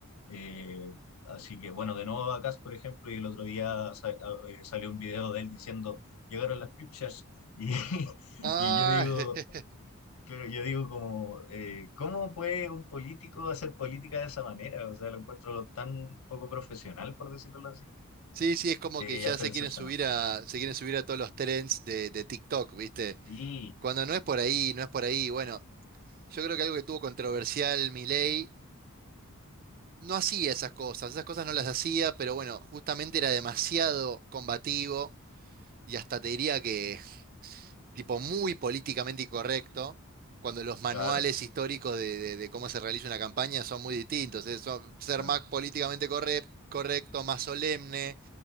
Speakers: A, on the left; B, on the right.
A: Eh, así que bueno, de nuevo Bacás, por ejemplo, y el otro día sa- a- eh, salió un video de él diciendo, llegaron las pipchas y, <laughs>
B: Ah,
A: y yo digo,
B: <laughs>
A: claro, yo digo como, eh, ¿cómo puede un político hacer política de esa manera? O sea, lo encuentro tan poco profesional, por decirlo así,
B: sí, sí, es como
A: que
B: que ya
A: ya estoy
B: se
A: decepcionado.
B: quieren subir a, se quieren subir a todos los trends de, de TikTok, ¿viste?
A: Sí,
B: Cuando no es por ahí, no es por ahí. Bueno, yo creo que algo que tuvo controversial Milei no hacía esas cosas, esas cosas no las hacía, pero bueno, justamente era demasiado combativo y hasta te diría que tipo muy políticamente incorrecto, cuando los manuales
A: claro,
B: históricos de, de- de cómo se realiza una campaña son muy distintos, eh, son- ser
A: claro.
B: más políticamente corre- correcto, más solemne,